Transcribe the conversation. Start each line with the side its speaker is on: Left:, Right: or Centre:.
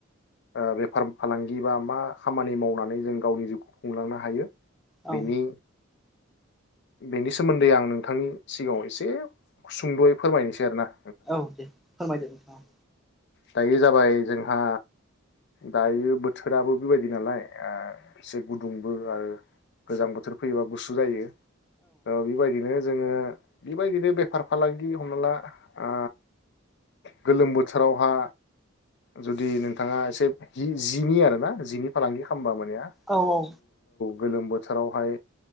Left: ओ बेफार फालांगि बा मा खामानि मावनानै जों गावनि जिउखौ खुंलांनो हायो?
Centre: औ
Left: बेनि बेनि सोमोन्दै आं नोंथांनि सिगाङाव एसे सुंद'यै फोरमायनोसै आरो ना।
Centre: औ दे फोरमायदो नोंथाङा
Left: दायो जाबाय जोंहा दायो बोथोराबो बेबायदि नालाय ओ एसे गुदुंबो आरो गोजां बोथोर फैयोबा गुसु जायो। औ बेबायदिनो जोङो बेबायदिनो बेफार फालांगि हमना ला आ गोलोम बोथोरावहा जुदि नोंथाङा एसे जिनि आरोना जिनि फालांगि खालामबा आरो <unintelligible> मानेया
Centre: औ औ
Left: गोलोम बोथोरावहाय